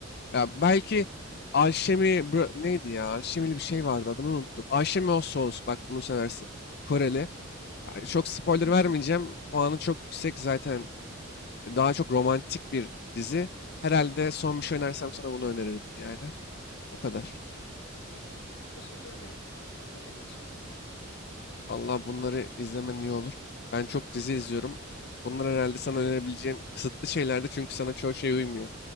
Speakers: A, on the left (about 50°); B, on the left (about 85°).
A: Ya belki Alşemi Bro- neydi ya? Alşemili bir şey vardı adını unuttum. Alşemi o Souls bak bunu seversin. Koreli.
B: Hı hı.
A: Ya Çok spoiler vermeyeceğim. Puanı çok yüksek zaten. Daha çok romantik bir dizi. Herhalde son bir şey önersem sana bunu önerirdim yani. O kadar.
B: <laughs> Okey. Teşekkür ederim öneri için.
A: Allah bunları izlemen iyi olur. Ben çok dizi izliyorum. Bunlar herhalde sana önerebileceğim kısıtlı şeylerdi çünkü sana çoğu şey uymuyor.